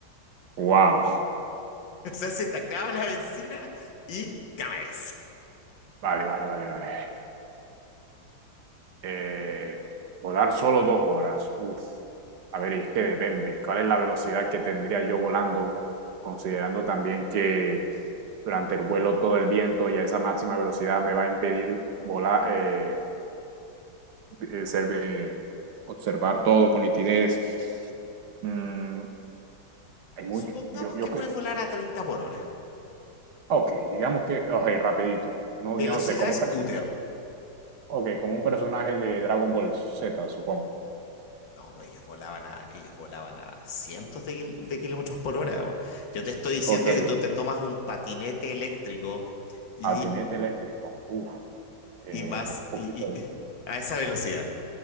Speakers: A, on the right; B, on the left.
A: Wow.
B: O sea, se te acaba la benzina y caes.
A: Vale, vale, vale, vale. Eh, volar solo dos horas. Uf. A ver, y es que depende. ¿Cuál es la velocidad que tendría yo volando? Considerando también que durante el vuelo todo el viento y a esa máxima velocidad me va a impedir volar, eh, eh, ser- eh, observar todo con nitidez. Mm, hay mucho,
B: Supongamos
A: yo, yo,
B: que puedes volar a 30 por hora.
A: Ok, digamos que, ok, rapidito. No,
B: Velocidad
A: yo no sé, como
B: scooter.
A: un, perso- ok, como un personaje de Dragon Ball Z, supongo.
B: No, pues ellos volaban a, ellos volaban a cientos de, kil- de kilómetros por hora. Yo te estoy diciendo
A: Ok,
B: que tú te tomas un patinete eléctrico y,
A: patinete eléctrico. Uf, eh,
B: y vas
A: un poquito
B: y- y-
A: de...
B: a esa velocidad.